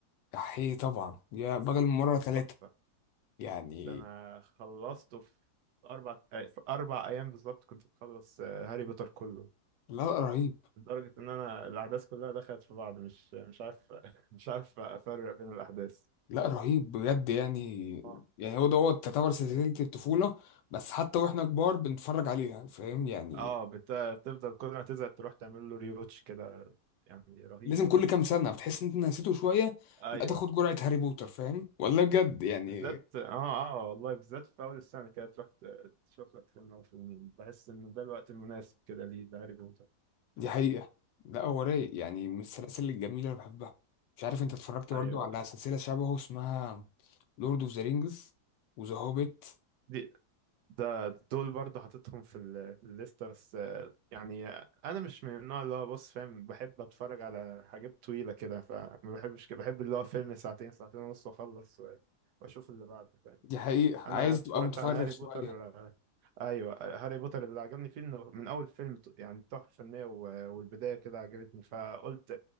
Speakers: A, on the left; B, on the right.
A: احيه طبعا يا بدل من مره ثلاثه
B: تحفة
A: يعني
B: ده انا خلصته في اربع أي- في اربع ايام بالظبط كنت مخلص آه، هاري بوتر كله
A: لا رهيب
B: لدرجة ان انا الاحداث كلها دخلت في بعض مش مش عارف <laughs> مش عارف افرق بين الاحداث
A: لا رهيب بجد يعني
B: اه
A: يعني هو دوت تعتبر سلسله
B: أيوة.
A: الطفوله بس حتى واحنا كبار بنتفرج عليها فاهم يعني
B: اه بت- بتفضل كل ما تزهق تروح تعمل له ريوتش كده يعني رهيب
A: لازم كل
B: رهيب
A: كام سنه بتحس ان انت نسيته شويه
B: ايوه
A: لا تاخد جرعه هاري بوتر فاهم والله بجد يعني
B: بالذات اه اه والله بالذات في اول السنة كده تروح ت- تشوف لك فيلم او فيلمين بحس ان ده الوقت المناسب كده ليه ده هاري بوتر
A: دي حقيقة لا هو رايق يعني من السلاسل الجميلة اللي بحبها مش عارف انت اتفرجت
B: ايوه
A: برضه على سلسلة شبهه اسمها لورد اوف ذا رينجز وذا هوبيت
B: دي ده دول برضه حاططهم في ال- في الليستة بس يعني انا مش من النوع اللي هو بص فاهم بحب اتفرج على حاجات طويلة كده فما بحبش كده بحب اللي هو فيلم ساعتين ساعتين ونص واخلص و- واشوف اللي بعده فاهم
A: دي حقيقة عايز
B: انا اتفرجت
A: تبقى متفرغ
B: على هاري
A: شوية
B: بوتر آه، ايوه آه، هاري بوتر اللي عجبني فيه انه من اول فيلم ت- يعني تحفة فنية و- والبداية كده عجبتني فقلت